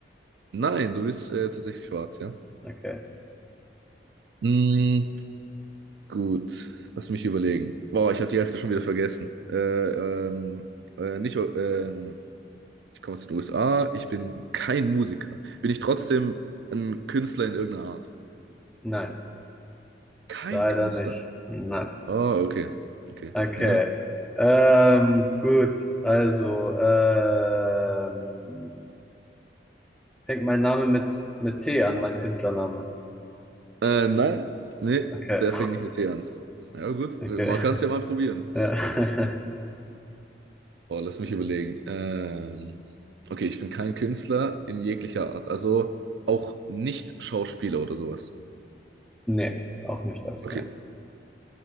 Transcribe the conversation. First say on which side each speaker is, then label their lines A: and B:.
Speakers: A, on the right; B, in the centre.
A: Nein, du bist äh, tatsächlich schwarz, ja.
B: Okay.
A: Mm, gut, lass mich überlegen. Wow, ich habe die Hälfte schon wieder vergessen. Äh, ähm, äh, nicht, ähm, ich komme aus den USA, ich bin kein Musiker. Bin ich trotzdem ein Künstler in irgendeiner Art?
B: Nein,
A: Kein
B: leider
A: Künstler.
B: nicht. Nein.
A: Oh, okay. Okay.
B: Okay.
A: Ja.
B: Ähm, gut, also, ähm, fängt mein Name mit, mit T an, mein Künstlername.
A: Äh, nein. Nee,
B: Okay,
A: der fängt nicht mit T an. Ja, gut.
B: okay.
A: Man kann
B: <laughs>
A: es ja mal probieren.
B: Ja. <laughs>
A: Oh, lass mich überlegen. Ähm, okay, ich bin kein Künstler in jeglicher Art. Also auch nicht Schauspieler oder sowas.
B: Nee, auch nicht das,
A: Okay.
B: ne.